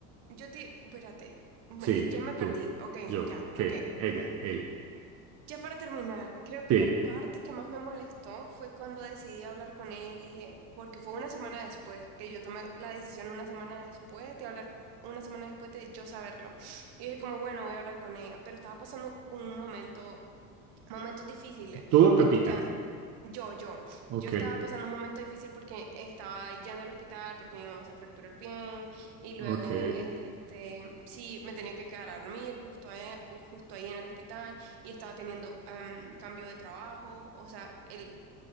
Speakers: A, on the right (about 55°); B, on the right (about 35°).
A: yo te, espérate, me-
B: Sí,
A: ya me perdí.
B: tú,
A: Ok,
B: yo,
A: ya,
B: que,
A: ok.
B: ella, él,
A: Ya para terminar, creo que
B: sí,
A: la parte que más me molestó fue cuando decidí hablar con él, le dije, porque fue una semana después, ¿ok? Yo tomé la decisión una semana después de hablar, co- una semana después de yo saberlo. Y dije como, bueno, voy a hablar con ella, pero estaba pasando un momento Momentos difíciles
B: tú o Pepita.
A: en cuestión. Yo, yo,
B: Ok,
A: yo estaba pasando un momento difícil porque estaba yendo al hospital porque mi mamá se fracturó el pie y luego,
B: ok,
A: este, sí, me tenía que quedar a dormir justo ahí, u- justo ahí en el hospital y estaba teniendo am, cambio de trabajo, o sea, el,